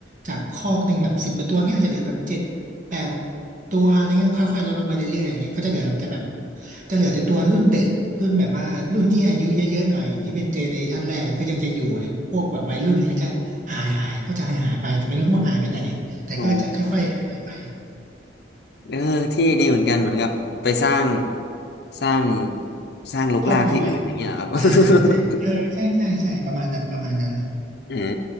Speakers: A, on the right; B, on the left.
A: จากคอกหนึ่งแบบสิบกว่าตัวเงี้ยอาจจะเหลือแบบเจ็ดแปดตัวอะไรเงี้ยค่อยๆลดลงไปเรื่อยๆอย่างเงี้ยก็จะเหลือแต่แบบจะเหลือแต่ตัวรุ่นเด็กรุ่นแบบว่ารุ่นที่อายุเยอะๆหน่อยอยู่ที่เป็นเจเนเรชันแรกก็ยังจะอยู่พวกแบบวัยรุ่นเนี่ยก็จะหายหายก็จะหายหายไปแต่ไม่รู้ว่าหายไปไหนแต่ก็จะค่อยๆหายไป
B: โอ้เออเที่ดีเหมือนกันเหมือนกับไปสร้างสร้างสร้างรกรากที่อื่นอย่างเงี้ยเหรอครับ
A: ครอบครัวใหม่อ่าใช่เออใช่ใช่ใช่ประมาณนั้นประมาณนั้น
B: <laughs> อืม